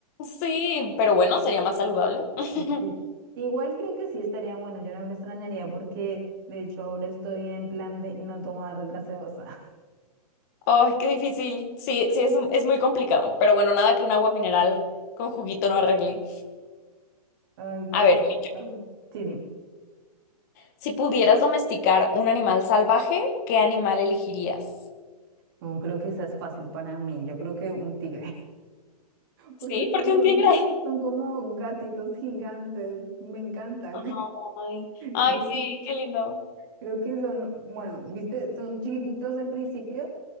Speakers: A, on the left; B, on the right.
A: Sí, pero bueno, sería más saludable. <laughs>
B: Sí. Igual creo que sí estaría bueno, yo no lo extrañaría porque de hecho ahora estoy en plan de no tomar gaseosa.
A: Ay, qué difícil. Sí, sí, es, es muy complicado. Pero bueno, nada que un agua mineral con juguito no arregle.
B: <laughs> Ay, no,
A: A
B: está
A: ver, voy
B: bueno, está
A: yo.
B: bueno. Sí, dime.
A: si pudieras domesticar un animal salvaje, ¿qué animal elegirías?
B: Mm, creo que esa es fácil para mí, yo creo que un tigre. Porque
A: Sí,
B: son,
A: porque un tigre.
B: son- son como gatitos gigantes, me encanta.
A: Ay,
B: <laughs>
A: ay,
B: Creo,
A: sí, qué lindo.
B: creo que son, bueno, viste, son chiquititos al principio.